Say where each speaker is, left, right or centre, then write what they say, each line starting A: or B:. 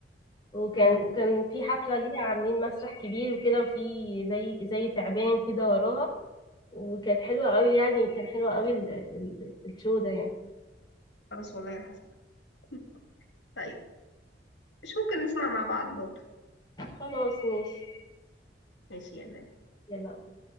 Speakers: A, on the left; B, on the left.
A: وكان
B: امم
A: كان في حفلة ليها عاملين مسرح كبير وكده وفي زي زي تعبان كده وراها وكانت حلوة قوي يعني كان حلوة قوي ال- ال- الشو ده يعني
B: خلاص والله راح اسمع <laughs> طيب مش ممكن نسمع مع بعض برضو
A: خلاص ماشي
B: ماشي يا مان
A: يلا